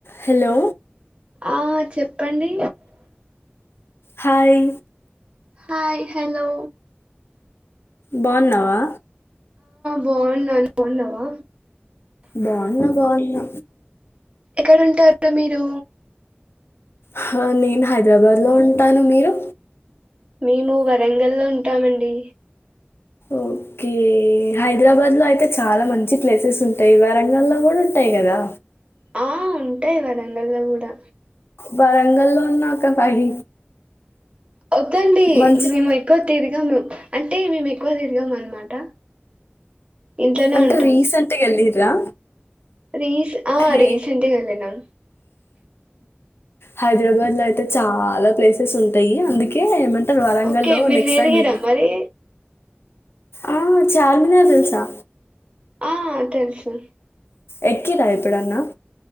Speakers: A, on the left; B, on the right.
A: Hello
B: ఆ చెప్పండి
A: hi
B: hi hello
A: బావున్నావా
B: బావున్న నువ్ బావున్నావా
A: బావున్న బావున్న
B: ఎక్కడుంటారు మీరు
A: హా నేను హైదరాబాద్ లో ఉంటాను మీరు
B: మేము వరంగల్ లో ఉంటామండి
A: ఓకే హైదరాబాద్ లో అయితే చాలా మంచి ప్లేసెస్ ఉంటయి వరంగల్లో కూడా ఉంటయి టై కదా
B: ఆ ఉంటయి వరంగల్లో కూడా
A: వరంగల్లో ఉన్న ఒక ఫైవ్
B: అవుతండి
A: మంచి
B: మేము ఎక్కువ తిర్ గము అంటే మేము ఎక్కువ తిరగము అనమాట ఇంట్లనే
A: అంటే
B: ఉంటం
A: రీసెంట్గా వెళ్ళిర్రా
B: రీస్ ఆ
A: రీ
B: రీసెంట్గా ఎల్లినం
A: హైదరాబాద్ లో అయితే చాలా ప్లేసెస్ ఉంటాయి అందుకే ఏమన్ టరు వరంగల్లో
B: ఓకే మీరు
A: నెక్స్ట్
B: తిరిగిరా
A: టైమ్ వీ
B: మరి
A: ఆ చార్మినార్ తెలుసా
B: ఆ తెలుసు
A: ఎక్కిరా ఎప్పుడన్న